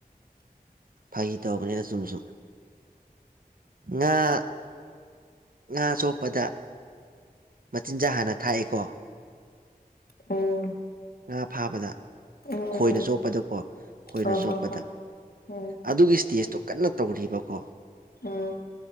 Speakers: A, on the right; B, on the left.
A: ꯐꯥꯒꯤ ꯇꯧꯕꯅꯦꯗ ꯆꯨꯝꯅꯥ ꯁꯨꯝ ꯉꯥ ꯉꯥ ꯆꯣꯞꯄꯗ ꯃꯆꯤꯟꯖꯥꯛ ꯍꯥꯟꯅ ꯊꯥꯛꯑꯦꯀꯣ
B: ꯎꯝ
A: ꯉꯥ ꯐꯥꯕꯗ
B: ꯎꯝ
A: ꯈꯣꯏꯅ
B: ꯎꯝ ꯎꯝ
A: ꯆꯣꯞꯄꯗꯀꯣ ꯈꯣꯏꯅ
B: ꯍꯣ
A: ꯆꯣꯞꯄꯗ
B: ꯍꯣ ꯍꯣꯏ ꯎꯝ
A: ꯑꯗꯨꯒꯤ ꯏꯁꯇꯦꯖꯇꯣ ꯀꯟꯅ ꯇꯧꯔꯤꯕꯀꯣ
B: ꯎꯝ